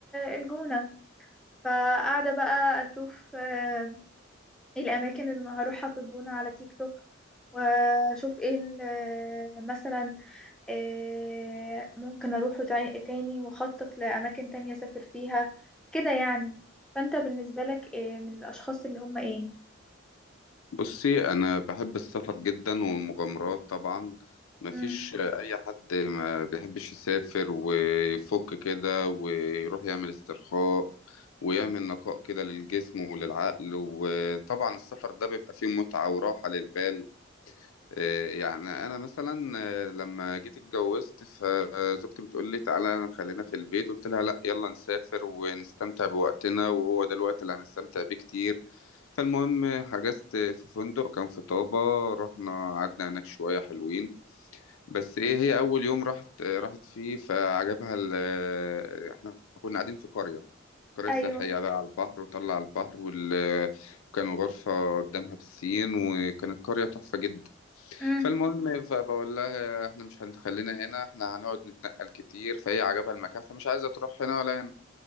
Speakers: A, in the centre; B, on the left.
A: الجونه فقاعده بقى اشوف آه، ايه الاماكن اللي هروحها في الجونه على تيك توك واشوف ايه ال- مثلا آه، ممكن أروحه تاني تاني وأخطط لأماكن تانية أسافر فيها كده يعني فأنت بالنسبة لك آه، من الأشخاص اللي هم إيه
B: بصي انا بحب السفر جدا والمغامرات طبعا مفيش
A: مم.
B: اي حد ما بيحبش يسافر ويفك كده ويروح يعمل استرخاء ويعمل نقاء كده للجسم وللعقل وطبعا السفر ده بيبقى فيه متعة وراحة للبال إيه يعني انا مثلا آه، لما جيت اتجوزت فزوجتي بتقول لي تعالى خلينا في البيت قلت لها لا يلا نسافر ونستمتع بوقتنا وهو ده الوقت اللي هنستمتع بيه كتير فالمهم حجزت في فندق كان في طابة رحنا قعدنا هناك شوية حلوين بس ايه هي اول يوم راحت راحت فيه فعجبها ال- احنا كنا قاعدين في قرية قرية
A: أيوه
B: سياحية بقى على البحر وطلع على البحر وال... وكان الغرفة قدامها بسين وكانت قرية تحفة جدا
A: مم.
B: فالمهم فبقول لها احنا مش هنخلينا هنا احنا هنقعد نتنقل كتير فهي عجبها المكان فمش عايزة تروح هنا ولا هنا